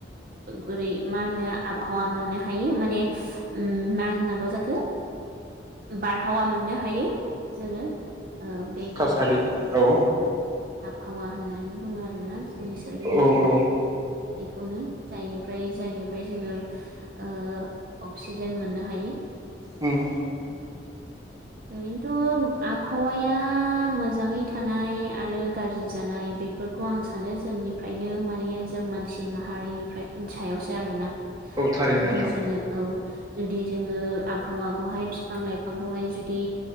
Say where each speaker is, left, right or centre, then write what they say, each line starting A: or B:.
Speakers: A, on the right (about 50°); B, on the right (about 20°).
A: गुरै मा होनो आबहावा मोननो हायो माने ओम मा होनो होननांगौ जाखो बारहावा मोननो हायो जोङो ओ बेखौ
B: कसालि औ
A: आबहावा होननानै बुङो आरोना जोंनि सोरगिदिं
B: औ
A: थानाय
B: औ
A: बेखौनो जायनिफ्राय जायनिफ्राय जोङो ओ अक्सिजेन मोननो हायो यो
B: ओम
A: ओरैनोथ' आबहावाया मोजाङै थानाय आरो गाज्रि जानाय बेफोरखौ आं सानो जोंनिफ्रायनो माने जों मानसि माहारिनिफ्राय सायावसो आरोना
B: औ थारैनो
A: जुदि
B: नोंथां
A: जोङो औ जुदि जोङो आबहावाखौहाय बिफां - लाइफांखौहाय जुदि